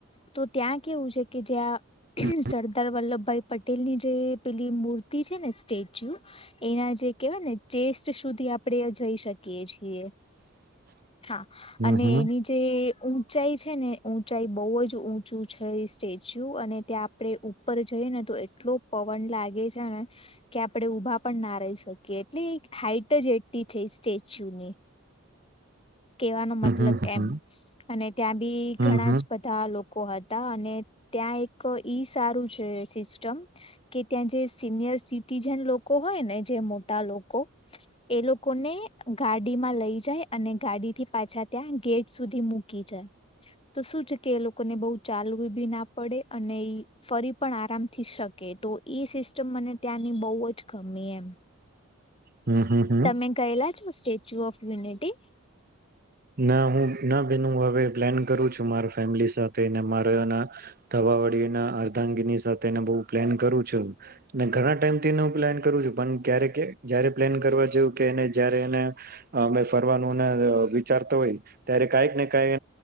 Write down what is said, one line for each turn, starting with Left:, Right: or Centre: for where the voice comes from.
Left: તો ત્યાં કેવું છે કે જ્યાં
Right: હમ
Left: સરદાર વલ્લભભાઈ પટેલની જે પેલી મૂર્તિ છે ને સ્ટેચ એના જે કહેવાય ને ચેસ્ટ સુધી આપણે જઈ શકીયે છીએ, હા
Right: હમ હમ
Left: અને એની જે ઊંચાઈ છે ને ઊંચાઈ બહુ જ ઊંચું છે એ સ્ટેચ્યુ, અને ત્યાં આપડે ઉપર જઈએ ને તો એટલો પવન લાગે છે ને... કે આપડે ઉભા પણ ના રહી શકીએ, એટલે હાઈટ જ એટલી છે એ સ્ટેચ્યુ ની, કેવાનો મતલબ
Right: હમ હમ હમ
Left: એમ, અને ત્યાં બી
Right: હમ
Left: ઘણા
Right: હમ
Left: જ બધા લોકો હતા, અને ત્યાં એક ઈ સારું છે સિસ્ટમ કે ત્યાં જે સિનિયર સિ ટીઝન લોકો હોય ને જે મોટા લોકો એ લોકોને ગાડીમાં લઈ જાય અને ગાડી થી પાછા ત્યાં ગેટ સુધી મૂકી જાય, તો શું છે કે એ લોકોને બહુ ચાલવું બી ના પડે અને એ ફરી પણ આરામથી શકે તો એ સિસ્ટમ મને... ત્યાંની બહુ જ ગમી એમ.
Right: હમ હમ હમ
Left: તમે કહેલા છો સ્ટેચ્યુ ઓફ યુનિટી
Right: ના હું ના ભન હ હવે પ્લાન કરું છું મારા ફેમિલી સાથે મારા એના ધવાવાડીના અર્ધાંગીની સાથેને બહ પ્લેન કરું છું ને ઘણા ટાઈમ થી હું પ્લાન કરું છું પણ ક્યારે જયારે પ્લેન કરવા જેવું કે એને જયારે એને અ ફરવાનું વિચારતો હોય ત્યારે કઈક ને કક એ